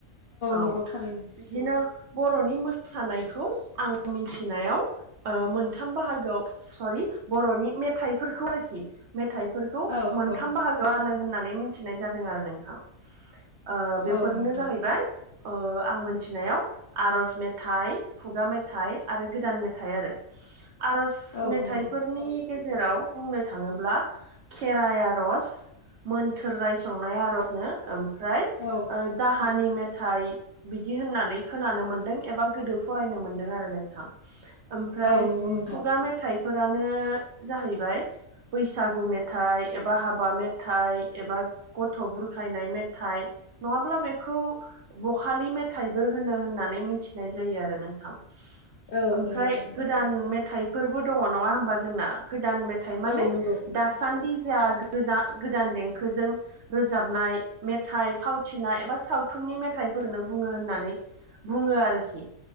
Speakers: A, on the right; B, on the left.
A: औ
B: नंगौ थारैनो
A: बिदिनो बर'नि मोसानायखौ आं मोनथिनायाव ओ मोनथाम बाहागोआव सरि बर'नि मेथाइफोरखौ आरोखि मेथाइफोरखौ
B: औ
A: मोनथाम
B: औ
A: बाहागो रानो होननानै मिथिनाय जादों आरो नोंथां ओ बेफोरनो
B: औ नोंथां
A: जाहैबाय अ आं मोनथिनायाव आरज मेथाइ खुगा मेथाइ आरो गोदान मेथाइ आरो आर'ज
B: औ
A: मेथाइ
B: नंगौ
A: नि गेजेराव बुंनो थाङोब्ला खेराइ आरज मोन्थोर रायसंनाय आर'जनो ओम नाय
B: औ
A: दाहानि मेथाइ बिदि होननानै खोनानो मोन एबा गोदो फरायनो मोनदों आरो नोंथां ओमफ्राय
B: औ नंगौ नोंथां
A: खुगा मेथाइफो रानो जाहैबाय बैसागु मेथाइ एबा हाबा मेथाइ एबा गथ' बुरखायनाय मेथाइ नङाब्ला बेखौ बखालि मेथाइबो होनो होननानै मिथिनाय जायो आरो नोंथां।
B: औ
A: ओमफ्राय
B: नंगौ नोंथां
A: गोदान मेथाइफोरबो दंङ नङा होमबा जोंना गोदान मेथाइ माने
B: औ नंगौ
A: दासान्दि जा गोजा-गोदान देंखोजों रोजाबनाय मेथाइ फावथिनाय एबा सावथुन नि मेथाइ फोरनो बुंङो होननानै बुङो आरोखि